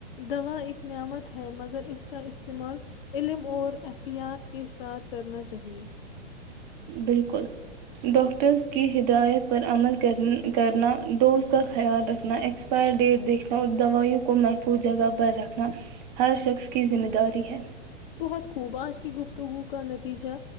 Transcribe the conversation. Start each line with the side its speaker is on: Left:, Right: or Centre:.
Left: دوا ایک نعمت ہے مگر اس کا استعمال علم اور احتیاط کے ساتھ کرنا چاہیئے
Right: بالکل ڈاکٹرس کی ہدایت پر عمل کر کرنا ڈوز کا خیال رکھنا ایکسپائر ڈیٹ دیکھنا اور دوائیوں کو محفوظ جگہ پر رکھنا ہر شخص کی ذمہ داری ہے <unintelligible>
Left: بہت خوب آج کی گفتگو کا نتیجہ